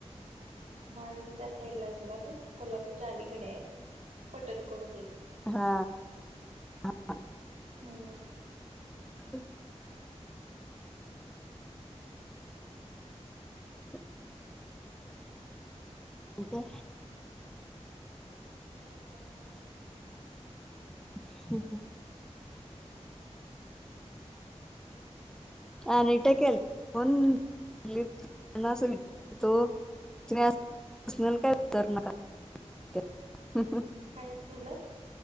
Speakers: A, on the right; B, in the centre.
A: माझ्या पण त्या साइड ला थोडाडा पण कोल्हापूर चा अलीकडेये पटणकोड
B: हा हा
A: हो-
B: हम.
A: मग?
B: <inaudible> के
A: नयी मगा निवांत
B: ह हं - <unintelligible>
A: काय झाल?